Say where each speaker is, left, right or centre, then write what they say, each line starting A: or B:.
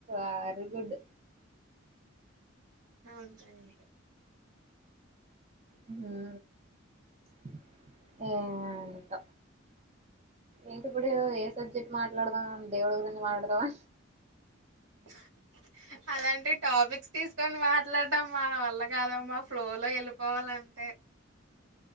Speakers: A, on the right; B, on the right.
A: కారు గుడ్
B: ఆ ఉంచండి
A: ఊ ప్చ్ అవునంట ఏంటి ఇప్పుడు ఏ సబ్జెక్ట్ మాట్లాడదాం దేవుడి గురించి మాట్లాడతావా
B: హా అలాంటి టాపిక్స్ తీసుకోన్ లటం మన వల్ల కాదమ్మా ఫ్లో లో వెళ్ళి పోవాలంటే